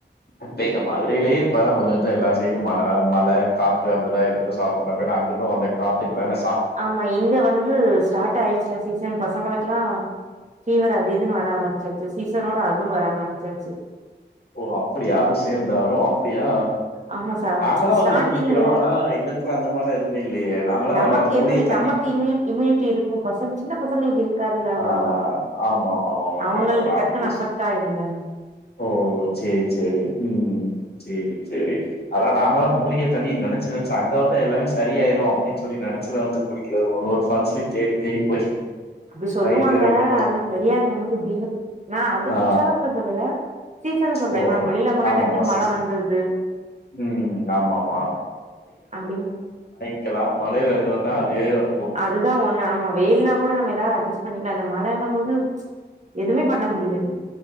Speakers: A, on the left; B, on the right.
A: இப்ப எங்க மதுரையிலே இப்பதா கொஞ்ச கொஞ்ச எல்லா சைடும் மழ மழ காத்து அப்டிதா இருக்கு சாப்புறடப்பயலாம் அங்குட்டு அந்த காத்துக்கு வேண
B: ஆமா இங்க வந்து ஸ்டார்ட் ஆயிடுச்சில சீசன் பசங்களுக்கெல்லா ஃபீவர் அது இதுன்னு வர ஆரம்பிச்சுருச்சு சீசரோட அதுவு வராதான் சச்சு
A: ஓ அப்படியா அதுவு சேந்தா வரு அப்பிடியா
B: ஆமா சா
A: நாங்களா வந்து
B: ஸ்டார்டிங்ல
A: குளிக்கிறோ ஆனா எங்களுக்குலா அந்த மாரிலா எதுமே இல்லையே நாங்கல்லா
B: நமக்கு
A: வரோ அந்த
B: எதுவு
A: மூலிகை தண்ணி
B: நமக்கு இம்யூ இம்யூனிட்டி இருக்கு பசங்க சின்ன பசங்களுக்கு இருக்காதுல்ல அவ்ளோவா
A: ஆ ஆமா ஆமா ஆமா ஆமா
B: அவங்களுக்கு
A: கரட்டுதா
B: டக்குன்னு அஃபெக்ட்
A: ஸ்
B: ஆயிருல்ல
A: ஓ சேர் சேரி ம் சேரி சேரி அதா நாங்களா மூலிகை தண்ணின் நெனச்சி நெனச்சி அங்க வந்தா எல்லாமே சரியாயிடு அப்டின் சொல்லி நெனச்சத வந்து குடிக்கறது ஒரு ஒரு ஃபால்ஸ்லயு தேடி தேடி போய்
B: அப்டி சொல்லுவாங்க
A: நைட்டு ரெண்டு மணி
B: ஆனா தெரியாது நமக்கு இப்டின்னு நா அது
A: ஆ
B: குற்றாலத்துல சொல்லல சீசன சொன்ன
A: ஓ
B: இப்ப நம்ம வெளியில போனா
A: ஆமாமா
B: டக்குனு மழ
A: சீசன்
B: வந்துது
A: ம் ஆமாமா
B: அப்டின்
A: க்கிலா மழேல இருந்தன்னா அதுவே வ
B: அதுதா ஒன்னு நம்ம வெயில்னா கூட நம்ம எதாவ்து அட்ஜஸ் பண்ணிக்கலா அந்த மழங்கு போது எதுவுமே பண்ண முடியாது